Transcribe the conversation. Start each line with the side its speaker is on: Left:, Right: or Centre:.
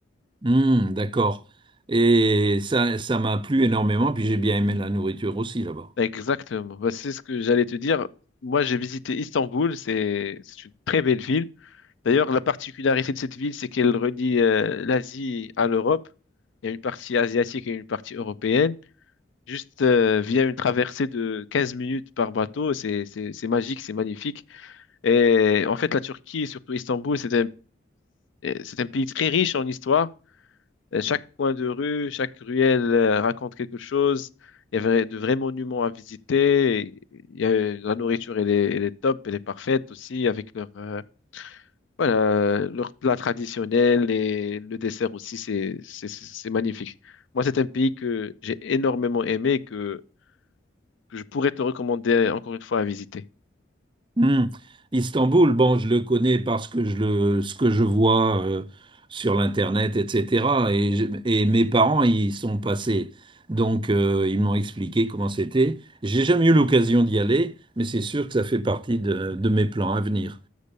Right: Hmm, d'accord. Et ça, ça m'a plu énormément, puis j'ai bien aimé la nourriture aussi là-bas.
Left: Exactement. Bah, c'est ce que j'allais te dire. Moi, j'ai visité Istanbul. C'est c'est une très belle ville. D'ailleurs, la particularité de cette ville, c'est qu'elle relie euh, l'Asie à l'Europe. Il y a une partie asiatique et une partie européenne. Juste euh, via une traversée de 15 minutes par bateau, c'est c'est- c'est magique, c'est magnifique. Et en fait, la Turquie, et surtout Istanbul, c'est un, c'est un pays très riche en histoire. Euh, Chaque coin de rue, chaque ruelle euh, raconte quelque chose. Il y avait de vrais monuments à visiter. Et Il y a, la nourriture, elle est, elle est top, elle est parfaite aussi avec leur, euh, voilà, leur plat traditionnel et le dessert aussi, c'est, c'est, c'est c'est magnifique. Moi, c'est un pays que j'ai énormément aimé et que, que je pourrais te recommander encore une fois à visiter.
Right: Hmm. Istanbul, bon, je le connais parce que je le, ce que je vois euh, sur l'internet, etc. Et, je- et mes parents y sont passés, donc euh, ils m'ont expliqué comment c'était. J'ai jamais eu l'occasion d'y aller, mais c'est sûr que ça fait partie de, de mes plans à venir.